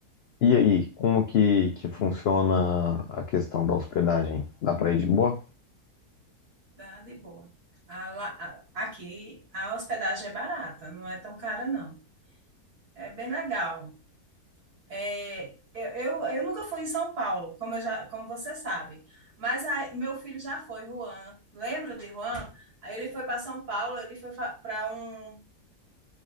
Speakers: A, on the left (about 80°); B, on the right (about 70°).
A: E aí, como que, que funciona a questão da hospedagem? Dá pra ir de boa?
B: Dá de boa. A lá- a- aqui a hospedagem é barata, não é tão cara, não. É bem legal. É, eu, eu, eu nunca fui em São Paulo, como, eu já, como você sabe. Mas aí, meu filho já foi, Juan. Lembra de Juan? Aí ele foi para São Paulo, ele foi para um,